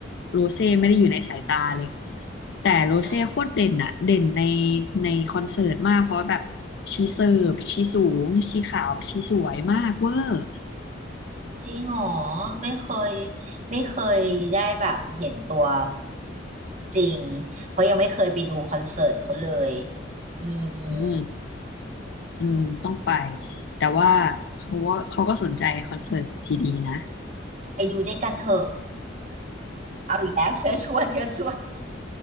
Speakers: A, on the left; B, on the right.
A: โรเซ่ไม่ได้อยู่ในสายตาเลย แต่โรเซ่โคตรเด่นอ่ะเด่นใน
B: อืม
A: ในคอนเสิร์ตมาก เพราะแบบชีเสิร์ฟชีสูง ชีขาวชีสวยมากเวอร์
B: จริงเหรอไม่เคยไม่เคยได้แบบเห็นตัวจริงเพราะยังไม่เคยไปดูคอนเสิร์ตเขาเลยอืม
A: อืมอืมต้องไป แต่ว่าเขาว่าเขาก็สนใจคอนเสิร์ตทีดีนะ
B: ไปดูด้วยกันเถอะเอาอีกแล้ว <laughs> เชิญชวนเชิญชวน